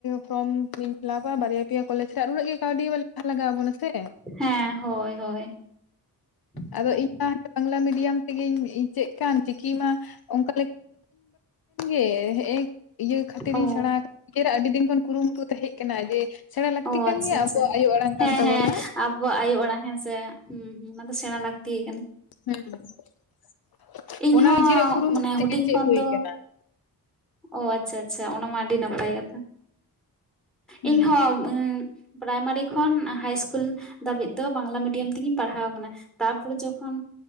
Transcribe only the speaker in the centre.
ᱦᱮᱸ ᱦᱳᱭ ᱦᱳᱭ ᱦᱮᱸ
ᱚ
ᱚ
ᱟᱪᱪᱷᱟ
ᱟᱪᱪᱷᱟ
ᱦᱮᱸ
ᱦᱮᱸ ᱟᱵᱚᱣᱟᱜ ᱟᱭᱳ ᱟᱲᱟᱝ ᱦᱮᱸ ᱥᱮ ᱦᱩᱸ ᱦᱩᱸ ᱚᱱᱟ ᱫᱚ ᱥᱮᱬᱟ ᱞᱟᱹᱠᱛᱤ ᱠᱟᱱᱟ
ᱤᱧ
ᱦᱚ
ᱢᱟᱱᱮ ᱦᱩᱰᱤᱧ
ᱠᱷᱚᱱ
ᱫᱚ
ᱚ ᱟᱪᱪᱷᱟ ᱟᱪᱪᱷᱟ ᱚᱱᱟᱢᱟ ᱟᱹᱰᱤ ᱱᱟᱯᱟᱭ ᱠᱟᱛᱷᱟ
ᱤᱧᱦᱚᱸ ᱩᱸ ᱯᱨᱟᱭᱢᱟᱨᱤ ᱠᱷᱚᱱ ᱦᱟᱭ ᱤᱥᱠᱩᱞ ᱫᱷᱟᱹᱵᱤᱡ ᱫᱚ ᱵᱟᱝᱞᱟ ᱢᱤᱰᱤᱭᱟᱢ ᱛᱮᱜᱮᱧ ᱯᱟᱲᱦᱟᱣ ᱟᱠᱟᱱᱟ ᱛᱟᱯᱚᱨᱮ ᱡᱚᱠᱷᱚᱱ